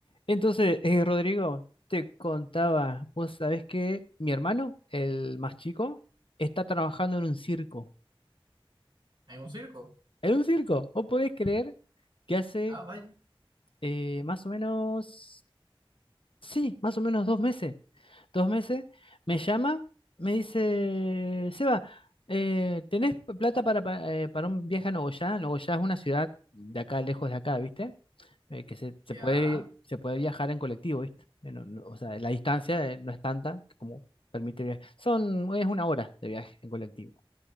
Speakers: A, on the left (about 65°); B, on the right (about 60°).
A: Entonces, eh, Rodrigo, te contaba, vos sabés que mi hermano, el más chico, está trabajando en un circo.
B: ¿En un circo?
A: En un circo, vos podés creer que hace
B: Ah, vaya.
A: eh, más o menos, sí, más o menos dos meses, dos meses, me llama, me dice, Seba, eh, ¿tenés plata para, pa- eh, para un viaje a Nogoyá? Nogoyá es una ciudad de acá, lejos de acá, ¿viste? eh, que se,
B: Ya.
A: se puede, se puede viajar en colectivo, ¿viste? Eh, no- no- o sea, la distancia eh, no es tanta como permite viajar. Son, es una hora de viaje en colectivo.